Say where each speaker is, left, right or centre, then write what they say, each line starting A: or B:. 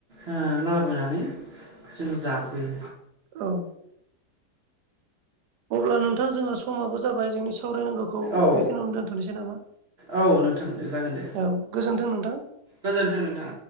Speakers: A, on the right; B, on the right.
A: ओ लाबोनानै जों जाफैयो
B: औ अब्ला नोंथां जोंहा समाबो जाबाय जोंनि सावरायनांगौखौ
A: औ
B: बेखिनियावनो दोनथ'नोसै नामा
A: औ नोंथां दे जागोन दे
B: औ गोजोन्थों नोंथां।
A: गोजोनथों नोंथां